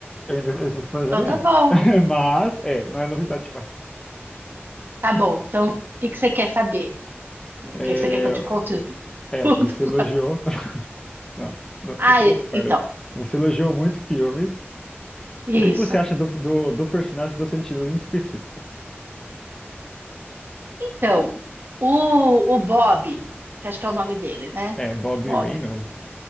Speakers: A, on the left; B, on the right.
A: Eu ainda, eu estou planejando
B: Então tá
A: ir.
B: bom,
A: <laughs> Mas, é, não é novidade demais.
B: tá bom. Então o que que você quer saber? O
A: É,
B: que que você quer que eu te conte
A: é,
B: <laughs>
A: que você
B: tudo?
A: elogiou. <laughs> Nossa, não,
B: Ah,
A: não chega
B: e-
A: de spoiler.
B: então,
A: Você elogiou muito o filme.
B: isso.
A: O que que você acha do, do, do personagem do Sentinela em específico?
B: Então, o, o Bob, que acho que é o nome dele, né?
A: É Bobby
B: Bob.
A: Reynolds,